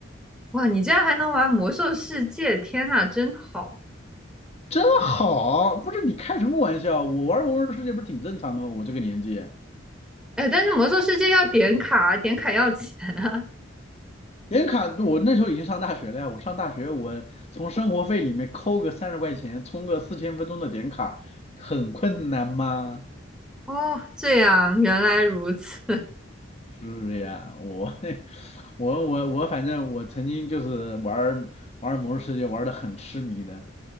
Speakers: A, in the centre; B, on the left.
A: 哇，你竟然还能玩《魔兽世界》，天呐，真好！
B: 真好，不是你开什么玩笑？我玩魔兽世界不是挺正常的吗？我这个年纪，
A: 哎，但是《魔兽世界》要点卡，点卡要钱啊。
B: 点卡，我那时候已经上大学了呀。我上大学，我从生活费里面扣个三十块钱，充个四千分钟的点卡，很困难吗？
A: 哦，这样，原来如此。
B: 是呀，我 <laughs> 我我我反正我曾经就是玩儿玩儿魔兽世界玩的很痴迷的。